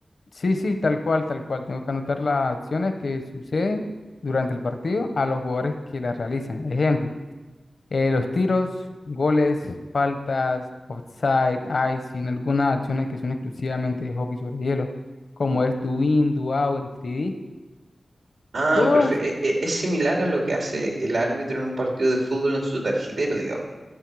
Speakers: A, on the left; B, on the right.
A: Sí, sí, tal cual, tal cual. Tengo que anotar las acciones que suceden durante el partido a los jugadores que las realizan. Ejemplo, eh, los tiros, goles, faltas, offside, icing, algunas acciones que son exclusivamente de hockey sobre hielo, como es do in, do out, en tres d
B: Ah,
A: Todas
B: perfecto. Es, similar a lo que hace el árbitro en un partido de fútbol en su tarjetero, digamos.